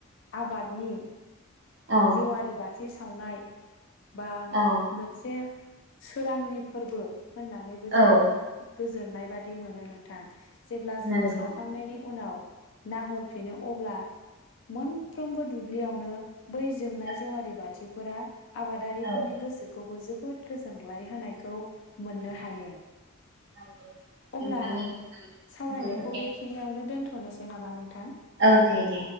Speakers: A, on the left; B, on the right.
A: आबादनि
B: औ
A: जेवारि बाथ थि सावनाय बा
B: औ
A: मोनसे सोरांनि फोरबो होननानैबो जोङो
B: औ
A: गोजोननाय बादि मोनो नोंथां। जेब्ला जोङो
B: नंगौ
A: सावखांनायनि उनाव नाहरफिनो अब्ला मोनफ्रोमबो दुब्लियावनो बै जोंनाय
B: औ
A: जेवारि बाथिफोरा आबादारिफोरनि
B: औ
A: गोसोखौ खौ जोबोद गोजोनग्लाय होनायखौ मोननो
B: औ
A: हायो
B: नंगौ
A: अब्ला
B: नोंथांनि बुंनाय
A: सावरायनायखौ
B: बो खोथाया
A: बेखिनियावनो दोनथ'नोसै नामा नोंथां।
B: औ दे दे